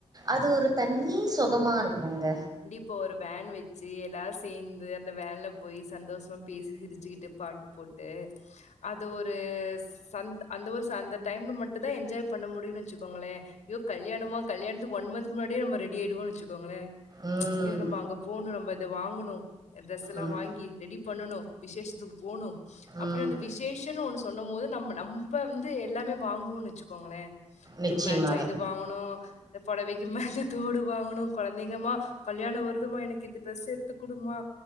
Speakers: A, on the right (about 35°); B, on the left (about 85°).
A: அது ஒரு தனி சுகமா இருக்குங்க
B: இப்போ ஒரு வேன் வச்சு எல்லாருசேர்ந்து அந்த வேன்ல போய் சந்தோஷமா பேசி சிரிச்சுக்கிட்டு பாட்டு போட்டு அது ஒரு ச அந்த ஒரு அந்த டைம்ல மட்டு தா என்ஜாய் பண்ண முடியுனு வச்சுக்கோங்ளே யோ கல்யணமா கல்யணத்து ஒன் மந்த் முன்னாடியே நம்ம ரெடி ஆயடுவோ வச்சுக்கோங்ளே
A: ம்
B: ஐயோ நம்ப அங்க போணு நம்ம இத வாங்கணு டிரெஸ்ல்லா
A: ம்
B: வாங்கி ரெடிப் பண்ணனு விசேஷத்துக்கு போணு அப்டியே
A: ம்
B: அந்த விஷ் சேஷன்னு ஒண்ணு சொல்லும் போது நம்ம நம்ம வந்து எல்லாமே வாங்குவோன் வச்சுக்கோங்ளே
A: நிச்சயமாவே
B: இதுக்கு மேட்ச இது வாங்கணு இந்த புடவைக்கு மேட்ச தோடு வாங்கணு கொழந்தைங்க மா கல்யாண வருதுமா எனக்கு இது டிரஸ் எத்துக்குடுமா